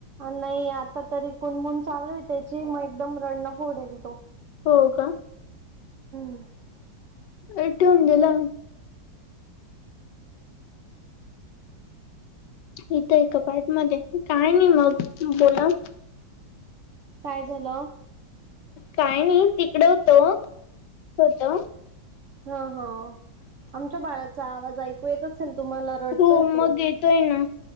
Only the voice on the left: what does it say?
हो का
ए टेऊन गला इथं एका पार्ट मध्ये काय नाही मग बोला
काय नाही तिकडं होतो होतो
हो
मग येतोय ना